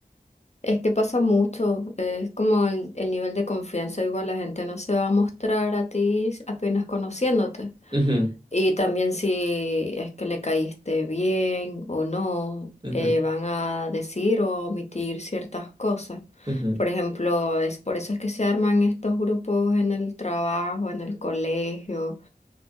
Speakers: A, on the left; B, on the right.
A: Es que pasa mucho, eh, es como el, el nivel de confianza, igual la gente no se va a mostrar a ti apenas conociéndote.
B: Ujú,
A: Y también si es que le caíste bien o no,
B: ujú,
A: eh, van a decir o omitir ciertas cosas.
B: ujú,
A: Por ejemplo, es por eso es que se arman estos grupos en el trabajo, en el colegio.